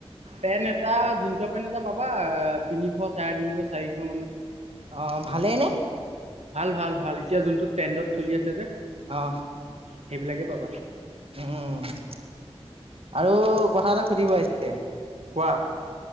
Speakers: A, on the right; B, on the right.
A: পেণ্ট এটা জিন্সৰ পেণ্ট এটা পাবা তিনিশ চাৰে তিনিশ চাৰিশ মানত।
B: অ ভালেই নে?
A: ভাল ভাল ভাল এতিয়া জোনটো ট্ৰেণ্ডত চলি আছে যে
B: অ
A: সেইবিলাকে পাবা।
B: উম আৰু কথা এটা সুধিব আহিছে?
A: কোৱা?